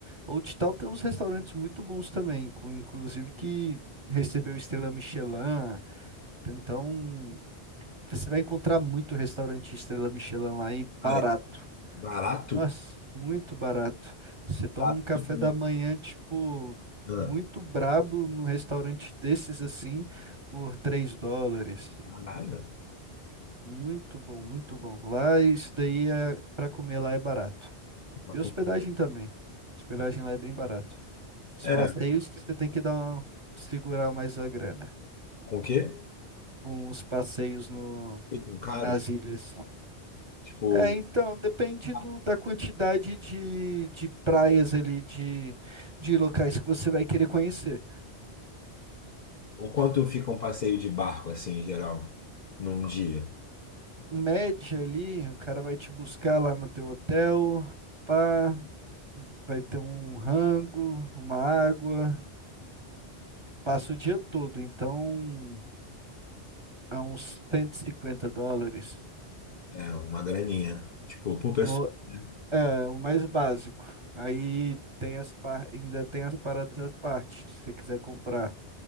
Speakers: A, on the right (about 30°); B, on the left (about 55°).
A: Old Town tem uns restaurantes muito bons também, com, inclusive que recebeu estrela Michelin. Então, você vai encontrar muito restaurante estrela Michelin lá e
B: Ah,
A: barato.
B: é barato?
A: Nossa, muito barato. Você toma
B: Tá,
A: um café
B: tipo,
A: da manhã, tipo,
B: ah,
A: muito brabo num restaurante desses assim, por 3 dólares.
B: caralho.
A: Muito bom, muito bom. Lá isso daí é para comer lá é barato.
B: Pra
A: E
B: comprar.
A: hospedagem também. Hospedagem lá é bem barato. Os
B: É,
A: passeios que você tem que dar uma- segurar mais a grana.
B: com o quê?
A: Com os passeios no
B: Ficam caros?
A: nas ilhas.
B: Tipo,
A: É, então, depende
B: ah,
A: do, da quantidade de, de praias ali, de, de locais que você vai querer conhecer.
B: o quanto fica um passeio de barco, assim, em geral, num dia?
A: Em média ali, o cara vai te buscar lá no teu hotel, pá, vai ter um rango, uma água. Passa o dia todo, então a uns 150 dólares.
B: É uma graninha. Tipo, por pessoa.
A: O,
B: né?
A: é, o mais básico. Aí tem as par... ainda tem as paradas à parte, se você quiser comprar.